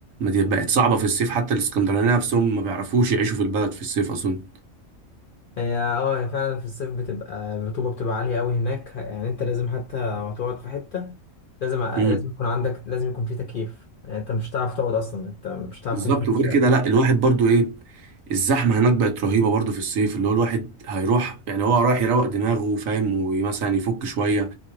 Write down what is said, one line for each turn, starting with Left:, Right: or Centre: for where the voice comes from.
Right: دي بقت صعبه في الصيف حتى الاسكندرانيه نفسهم ما بيعرفوش يعيشوا في البلد في الصيف اظن
Left: هي اه هي فعلا في الصيف بتبقى الرطوبة بتبقى عالية قوي هناك يعني انت لازم حتى لو هتقعد في حتة لازم لازم
Right: امم
Left: يكون عندك لازم يكون في تكييف يعني انت مش هتعرف تقعد اصلا انت مش هتعرف
Right: بالظبط
Left: تمشي في
Right: وغير
Left: الشارع
Right: كده لا الواحد برضو ايه الزحمه هناك بقت رهيبه برضو في الصيف اللي هو الواحد هيروح يعني هو رايح يروق دماغه فاهم ومثلا يفك شويه